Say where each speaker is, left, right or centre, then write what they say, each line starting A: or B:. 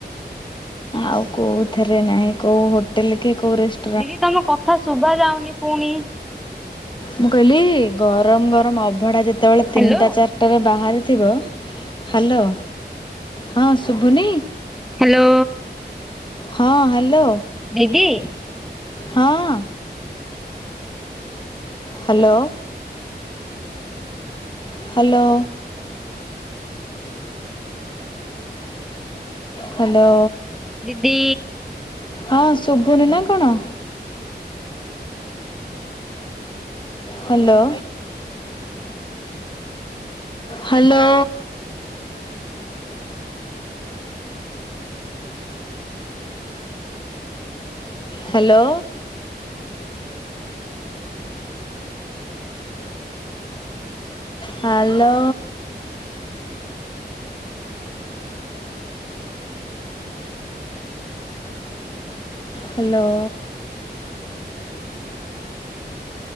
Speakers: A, on the left (about 25°); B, in the centre.
A: ଆଉ କୋଉଥିରେ ନାହିଁ କୋଉ ହୋଟେଲ କି କୋଉ ରେଷ୍ଟ
B: ଦିଦି ତମ କଥା ଶୁଭା ଯାଉନି ପୁଣି
A: ମୁଁ କହିଲି ଗରମ ଗରମ ଅବଢ଼ା ଯଦି ଯେତେବେଳେ
B: ହ୍ୟାଲୋ
A: ତିନିଟା ଚାରିଟାରେ ବାହାରିଥିବ ହ୍ୟାଲୋ ହଁ ଶୁଭୁନି?
B: ହ୍ୟାଲୋ।
A: ହଁ ହ୍ୟାଲୋ।
B: <inaudible>
A: ହଁ। ହ୍ୟାଲୋ। ହ୍ୟାଲୋ। ହ୍ୟାଲୋ।
B: ଦିଦି।
A: ହଁ ଶୁଭୁନି ନା କଣ? Hello. Hello. Hello. Hello. Hello.